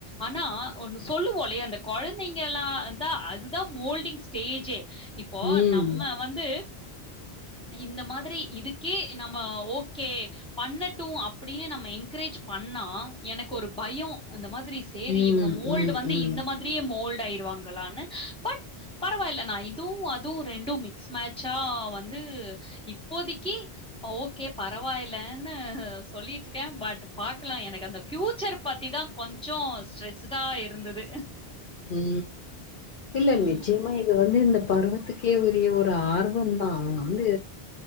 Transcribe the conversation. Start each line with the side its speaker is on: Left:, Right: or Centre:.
Centre: ஆனா ஒண்ணு சொல்லுவோ இல்லிய அந்த குழந்தைங்கலா அதா அதான் மோல்டிங் ஸ்டேஜ்ஜே இப்போ
Left: ம்
Centre: நம்ம வந்து இந்த மாதிரி இதுக்கே நம்ம ஓ கே பண்ணட்டு அப்படின்னு நம்ம என்கரேஜ் பண்ணா எனக்கு ஒரு பயோ அந்த மாதிரி சேரி
Left: ம்
Centre: இவுங்க மோல்டு
Left: ம் ம்
Centre: வந்து
Left: ம்
Centre: இந்த மாதிரியே மோல்டு ஆயிருவாங்களான்னு பட் பரவாயில்ல நா இதுவு அதுவு ரெண்டு மிக்ஸ் மேட்சா வந்து இப்போதைக்கு ஓகே பரவாயில்லன்னு சொல்லிட்டு இருக்கே பட் பாக்கலா எனக்கு அந்த பியூச்சர் பத்திதா கொஞ்சோ ஸ்ட்ரெஸ்டா இருந்தது
Left: உ இல்லநிச்சயமா
Centre: ம்,
Left: இது வந்து இந்த பருவத்துக்கே உரிய ஒரு ஆர்வம் தா அது வந்து